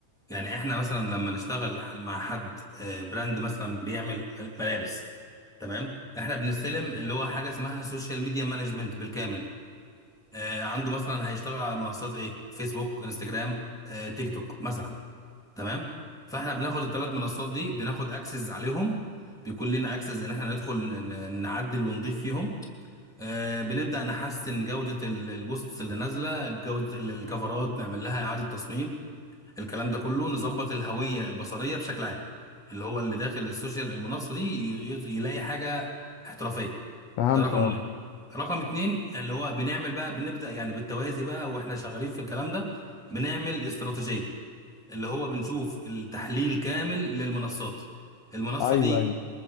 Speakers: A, in the centre; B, on the left.
A: يعني احنا مثلا لما نشتغل مع حد آه، براند مثلا بيعمل مل- ملابس تمام احنا بنستلم اللي هو حاجه اسمها سوشيال ميديا مانجمنت بالكامل آه، عنده مثلا هيشتغل على منصات ايه فيسبوك انستجرام آه، تيك توك مثلا تمام فاحنا بناخد الثلاث منصات دي بناخد اكسس عليهم بيكون لنا اكسس ان احنا ندخل ن- ن- نعدل ونضيف فيهم آه، بنبدا نحسن جوده ال- البوستس اللي نازله جوده ال- الكفرات نعمل لها اعاده تصميم الكلام ده كله نظبط الهوية البصرية بشكل عام اللي هو اللي داخل السوشيال المنصة دي ي- ي- يلاقي حاجة احترافية
B: فهمت
A: ده رقم
B: اه
A: واحد رقم اتنين اللي هو بنعمل بقى بنبدأ يعني بالتوازي بقى واحنا شغالين في الكلام ده بنعمل استراتيجية اللي هو بنشوف التحليل كامل للمنصات المنصة
B: ايوه
A: دي
B: ايوه